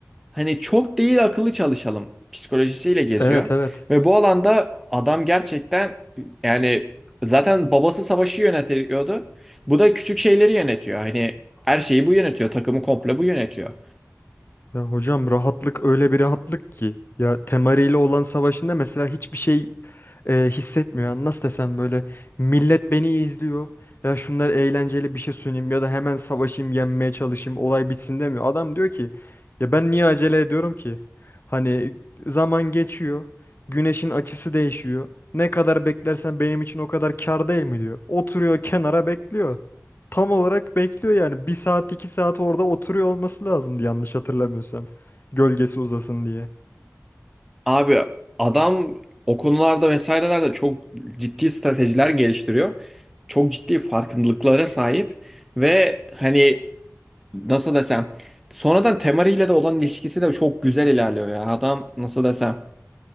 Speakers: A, in the centre; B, on the left.
A: hani çok değil akıllı çalışalım psikolojisiyle geziyor.
B: Evet evet.
A: Ve bu alanda adam gerçekten yani zaten babası savaşı yönetiyordu. Bu da küçük şeyleri yönetiyor. Hani her şeyi bu yönetiyor. Takımı komple bu yönetiyor.
B: Ya hocam rahatlık öyle bir rahatlık ki. Ya Temari ile olan savaşında mesela hiçbir şey e, hissetmiyor. Yani Nasıl desem böyle millet beni izliyor. Ya şunlar eğlenceli bir şey sunayım ya da hemen savaşayım yenmeye çalışayım olay bitsin demiyor. Adam diyor ki ya ben niye acele ediyorum ki? Hani zaman geçiyor. Güneşin açısı değişiyor. Ne kadar beklersen benim için o kadar kâr değil mi diyor. Oturuyor kenara bekliyor tam olarak bekliyor yani. Bir saat iki saat orada oturuyor olması lazımdı yanlış hatırlamıyorsam. Gölgesi uzasın diye.
A: Abi adam o konularda vesairelerde çok ciddi stratejiler geliştiriyor. Çok ciddi farkındalıklara sahip ve hani nasıl desem sonradan Temari ile de olan ilişkisi de çok güzel ilerliyor ya. Adam nasıl desem